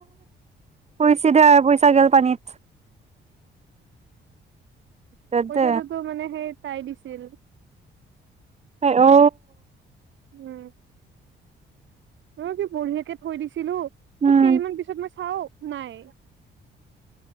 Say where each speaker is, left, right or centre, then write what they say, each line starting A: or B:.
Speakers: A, on the right; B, on the right.
A: হ শুইছ দে আৰু পইচা গল পানীত বাদ
B: পইচাটোোতো
A: দে
B: মানে সেই তাই দিছিল
A: হয় অ
B: উম অ কি বঢ়িয়াকে থৈ দিছিলো ত
A: উম
B: কেইমান পিছত মই চাও নাই